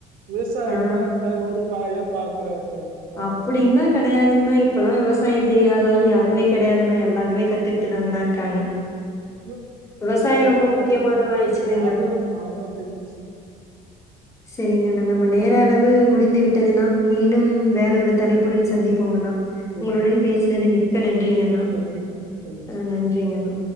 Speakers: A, on the right (about 70°); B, on the left (about 20°).
A: விவசாயினா
B: ஆ
A: இப்ப ஒரு மாரியா பாக்குறாங்க
B: அப்டிங்க
A: பண்ண
B: கெடையாதுங்ணா இப்பெல்லா விவசாய தெரியாதா ஆள் யாருமே கெடையாதுனா எல்லாருமே கத்துகிட்டுதாங்ணா இருக்காங்க
A: ம்
B: விவசாய
A: சரி
B: ரொம்ப முக்கியமானதாய்ருச்சி இல்லைங்ளா
A: அது ஆமா தங்கச்சி
B: செரிங்கண்ணா நம்ம நேர அளவு முடிந்து விட்டதுணா மீண்டும் வேற ஒரு தலைப்புடன் சந்திப்போங்கண்ணா
A: சேரி
B: உங்களுடன்
A: தங்கச்சி
B: பேசினது மிக்க நன்றிங்கண்ணா
A: நன்றி தங்கச்சி
B: அ நன்றிங்கண்ணா